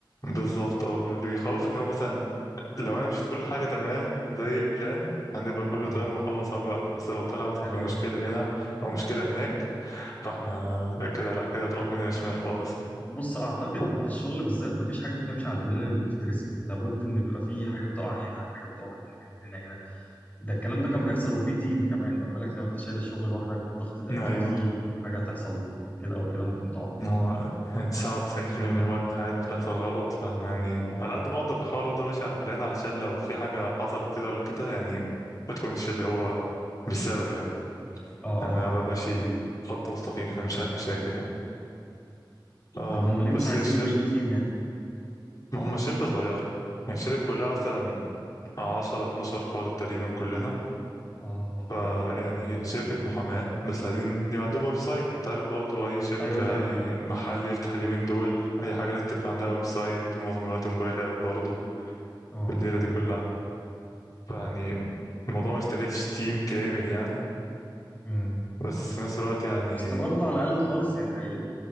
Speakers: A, on the left; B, on the left.
A: بالظبط اه اللي بيخوف ان هو مثلا لو انا مشيت كل حاجه تمام زي البلان هنبقى كله
B: اه
A: تمام ونخلص على الوقت بس لو طلع مثلا
B: حلو
A: في مشكله
B: قوي
A: هنا او مشكله هناك فاحنا كده لا كده هتروح مننا شمال خالص يعني
B: بص اعتقد
A: ف-
B: في الشغل بالذات مفيش حاجه بتمشي على البلان اللي بتترسم لابد ان بيبقى في حاجه بتقع هنا حاجه بتقع هنا هنا هنا. ده الكلام ده كان بيحصل وفي تيم كمان ما بالك لو انت شايل الشغل لوحدك بالضغط ده
A: <laughs>
B: اكيد
A: ايوه
B: في حاجه هتحصل كده او كده ممكن تقع
A: ما هو يعني 99% من الوقت حاجات بتحصل غلط فاحنا يعني
B: اه
A: على قد ما اقدر بحاول افضل ماشي على البلان علشان لو في حاجه حصلت كده ولا كده يعني ما تكونش اللي هو بالسبب يعني
B: اه
A: انا
B: اه فاهمك
A: ببقى ماشي
B: فاهم
A: خط مستقيم فمش عايز مشاكل يعني أم،
B: طب هم ليه
A: بس
B: مش عايزين
A: هي الشركة
B: يجيبوا تيم يعني
A: ما هم شركة صغيرة يعني الشركة كلها مثلا عشرة اتناشر فرد تقريبا كلنا
B: اه اوكي
A: فيعني شركة محاماة بس عايزين يبقى عندهم ويب سايت انت عارف برضو أي شركة
B: ايوه فاهم
A: أي
B: ايوه
A: محل يفتح اليومين دول أي حاجة لازم تبقى عندها ويب سايت ومعظم الوقت موبايل آب برضو
B: اه
A: بالليلة
B: اه
A: دي كلها فيعني الموضوع ما يستاهلش تيم كامل يعني
B: امم
A: بس في نفس الوقت يعني
B: بس برضه على الاقل خالص يعني هي...